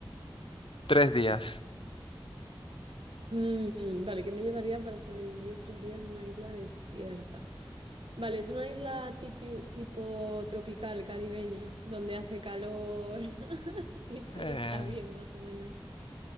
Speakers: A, on the left (about 80°); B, on the right (about 85°).
A: tres días.
B: Mm, vale, ¿qué me llevaría para sobrevivir tres días en una isla desierta? Vale, es una isla tipi- tipo tropical, caribeña, donde hace calor <laughs> y todo
A: Eh,
B: está bien, más o menos.